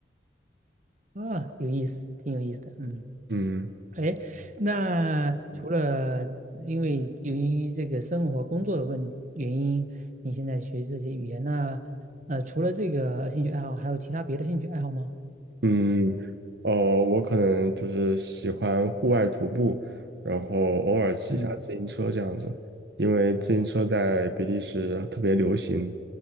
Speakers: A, on the right; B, on the right.
A: 啊，有意思，挺有意思的。嗯。
B: 嗯。
A: 哎，那除了因为由于这个生活工作的问原因，你现在学这些语言，那呃，除了这个兴趣爱好，还有其他别的兴趣爱好吗？
B: 嗯，哦，我可能就是喜欢户外徒步，然后偶尔骑一下自行车这样子，
A: 嗯
B: 因为自行车在比利时特别流行。